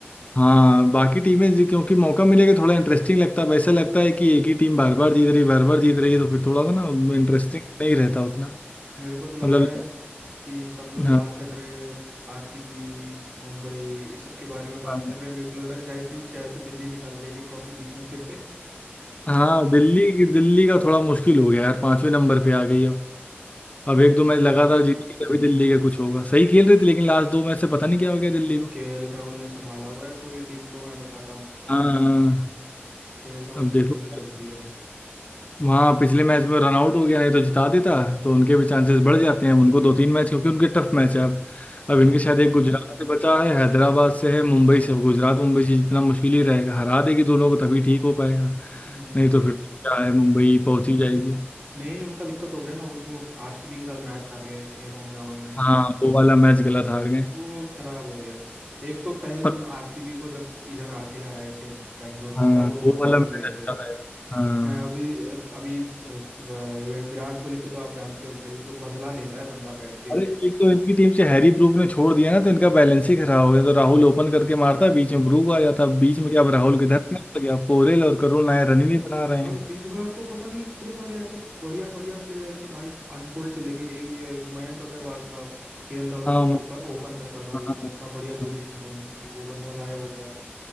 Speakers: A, on the left; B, on the right.
A: हाँ बाकी टीमें जी- क्योंकि मौका मिलेगा थोड़ा इंटरेस्टिंग लगता है वैसा लगता है कि एक ही टीम बार बार जीत रही बार बार जीत रही है तो फिर थोड़ा सा ना
B: हम्म,
A: इंटरेस्टिंग नहीं रहता उतना
B: मेरे को तो लग
A: मतलब
B: रहा है कि सब लोग
A: हाँ
B: बात कर रहे हैं आरसीबी मुंबई इस सब के बारे में बात
A: हाँ
B: कर रहे हैं मेरे को लग रहा है शायद शायद से दिल्ली निकाल जाएगी ट्रॉफी बीच में से <laughs>
A: हाँ, दिल्ली दिल्ली का थोड़ा मुश्किल हो गया यार पांचवें नंबर पे आ गई अब अब एक दो
B: हम्म
A: मैच लगातार जीतेगी तभी दिल्ली का कुछ होगा सही खेल रही थी लेकिन लास्ट दो मैच से पता नहीं क्या हो गया दिल्ली को
B: केएल राहुल ने संभाला हुआ है पूरी टीम को मैं बता रहा हूँ
A: हाँ हाँ
B: केएल राहुल
A: अब
B: के
A: देखो
B: भरोसे चल रही है
A: वहाँ पिछले मैच में रन आउट हो गया नहीं तो जिता देता तो उनके भी चांसेस बढ़ जाते हैं अब उनको दो तीन मैच क्योंकि उनके टफ मैच है अब अब इनके
B: हम्म
A: शायद एक गुजरात से बचा है हैदराबाद से है मुंबई से गुजरात मुंबई से जितना मुश्किल ही रहेगा हरा देगी दोनों को तभी ठीक हो पाएगा
B: हम्म
A: नहीं तो फिर तो क्या है मुंबई पहुंच ही जाएगी
B: मेन उनका दिक्कत हो गया ना वो जो आरसीबी के साथ मैच हार गए अपने होम ग्राउंड में
A: हाँ वो वाला मैच गलत हार गए
B: वो खराब हो गया एक तो पहले तुम
A: और
B: आरसीबी को जब इधर आके हराए थे बेंगलोर में
A: हाँ
B: तब उनको
A: वो
B: ट्रोल
A: वाला मैच
B: किए
A: अच्छा
B: थे
A: था यार हाँ
B: हैं अभी अभी अ, अ, विराट कोहली को तो आप जानते हो भाई वो तो बदला लेता है बंदा बैठ के
A: अरे एक तो इनकी टीम से हैरी ब्रूक ने छोड़ दिया ना तो इनका बैलेंस ही खराब हो गया तो राहुल ओपन करके मारता बीच में ब्रूक आ जाता बीच में
B: हम्म
A: क्या अब राहुल किधर निकल गया पोरेल और करुण नायर रन ही नहीं बना रहे
B: और
A: हैं
B: इस बार तो पता नहीं कितने सारे ऐसे बढ़िया बढ़िया प्लेयर थे भाई अनसोल्ड चले गए एक ये मयंक अग्रवाल था केएल राहुल
A: हाँ
B: के साथ ओपन ओपन करता था वो
A: हाँ, हाँ,
B: तो इतना बढ़िया जोड़ी
A: हाँ।
B: थी उन दोनों की वो बंदा गायब हो गया